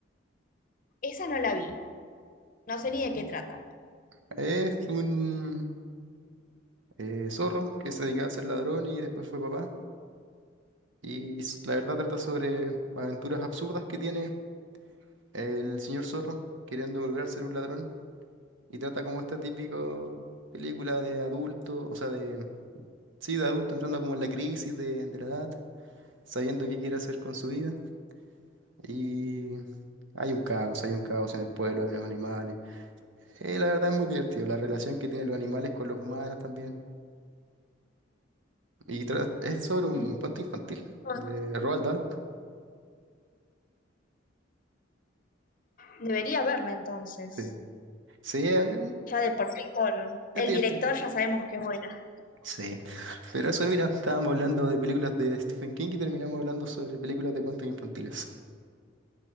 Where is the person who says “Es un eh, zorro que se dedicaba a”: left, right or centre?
Right